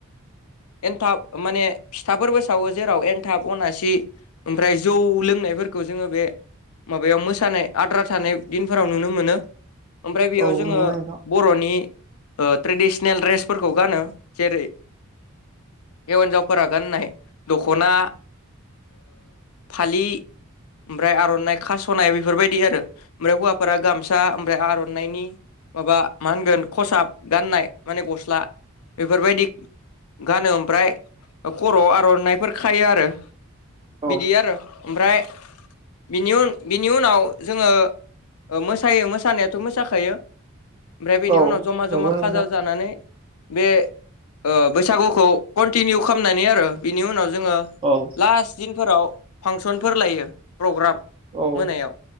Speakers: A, on the left (about 90°); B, on the right (about 25°).
A: एन्थाब माने फिथाफोरबो सावो जेराव एनथाब अनासि ओमफ्राय जौ लोंनायफोरखौ खौ जोङो बे माबायाव मोसानाय आद्रा थानाय दिनफोराव नुनो मोनो ओमफ्राय बेयाव
B: औ
A: जोङो
B: नंगौ नोंथां
A: बर'नि ट्रेडिसनेल ड्रेसफोरखौ गानो जेरै हिन्जावफोरा गाननाय दख'ना फालि ओमफ्राय आर'नाइ खास'नाय बेफोरबायदि आरो ओमफ्राय हौवाफोरा गामसा ओमफ्राय आर'नाइनि माबा मा होनगोन खसाब गाननाय माने गस्ला बेफोरबायदि गानो ओमफ्राय खर' आव आर'नाइफोर खायो आरो
B: औ
A: बिदि आरो ओमफ्रायनि उन बिनि उनाव जोङो मोसायो मोसानायाथ' मोसाखायो ओमफ्राय बेनि
B: औ
A: उनाव जमा जमा
B: नंगौ
A: खाजा
B: नोंथां
A: जानानै बे बै बैसागुखौ कन्टिनिउ खालामनानै आरो बिनि उनाव जोङो
B: औ
A: लास्ट दिनफोराव फांसनफोर लायो प्रग्राम
B: औ
A: मोनायाव